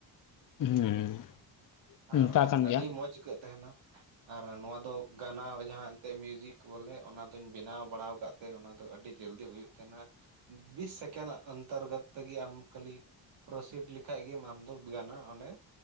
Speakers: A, on the left; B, on the right.
A: ᱦᱮᱸ ᱚᱱᱠᱟ
B: ᱟᱨ
A: ᱠᱟᱱ
B: ᱟᱹᱰᱤ
A: ᱜᱮᱭᱟ
B: ᱢᱚᱡᱽ ᱟᱹᱭᱠᱟᱹᱜ ᱛᱟᱦᱮᱱᱟ, ᱟᱨ ᱱᱚᱣᱟ ᱫᱚ ᱜᱟᱱᱟ ᱡᱟᱦᱟᱸ ᱮᱱᱛᱮᱫ ᱢᱤᱭᱩᱡᱤᱠ ᱵᱚᱞᱮ ᱚᱱᱟ ᱫᱚᱧ ᱵᱮᱱᱟᱣ ᱵᱟᱲᱟᱣ ᱟᱠᱟᱫ ᱛᱮ ᱚᱱᱟ ᱫᱚ ᱟᱹᱰᱤ ᱡᱚᱞᱫᱤ ᱦᱩᱭᱩᱜ ᱛᱟᱦᱮᱸᱱᱟ, ᱵᱤᱥ ᱥᱮᱠᱮᱱᱰ ᱚᱱᱛᱚᱨᱜᱚᱛ ᱛᱮᱜᱮ ᱟᱢ ᱠᱷᱟᱹᱞᱤ ᱯᱨᱚᱥᱤᱰ ᱞᱮᱠᱷᱟᱡ ᱜᱮ ᱟᱢ ᱜᱟᱱᱟ ᱚᱸᱰᱮ